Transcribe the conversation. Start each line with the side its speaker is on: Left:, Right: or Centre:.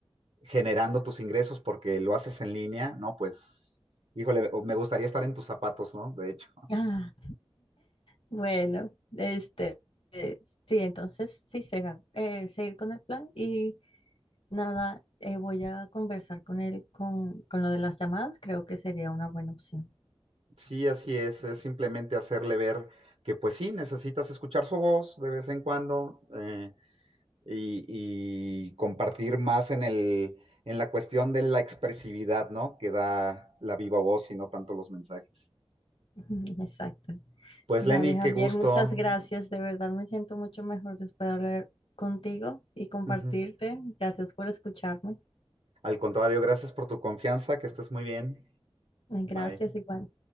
Right: generando tus ingresos porque lo haces en línea, ¿no? Pues, híjole, o me gustaría estar en tus zapatos, ¿no? De hecho,
Left: Ah, bueno, este, eh, sí, entonces sí será eh, seguir con el plan y nada, eh, voy a conversar con él con, con lo de las llamadas. Creo que sería una buena opción.
Right: sí, así es, es simplemente hacerle ver que pues sí, necesitas escuchar su voz de vez en cuando eh, y, y compartir más en el, en la cuestión de la expresividad, ¿no? Que da la viva voz y no tanto los mensajes.
Left: <laughs> Exacto.
Right: Pues
Left: Vale,
Right: Lenny,
Left: Javier,
Right: qué gusto.
Left: muchas gracias. De verdad me siento mucho mejor después de hablar contigo y compartirte.
Right: Ujú.
Left: Gracias por escucharme.
Right: Al contrario, gracias por tu confianza, que estés muy bien.
Left: Gracias
Right: Bye.
Left: igual.